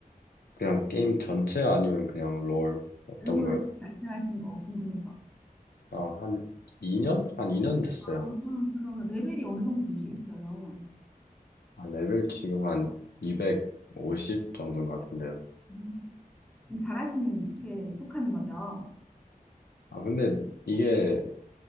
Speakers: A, on the left; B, in the centre.
A: 그냥 게임 전체 아니면 그냥 롤 어떤
B: 롤
A: 거요?
B: 말씀하신 거 궁금해서.
A: 아, 한 2년? 한 2년 됐어요.
B: 아, 그러면 레벨이 어느 정도 되시겠어요?
A: 아, 레벨 지금 한 250 정도인 것 같은데요.
B: 음, 잘하시는 축에 속하는 거죠?
A: 아, 근데 이게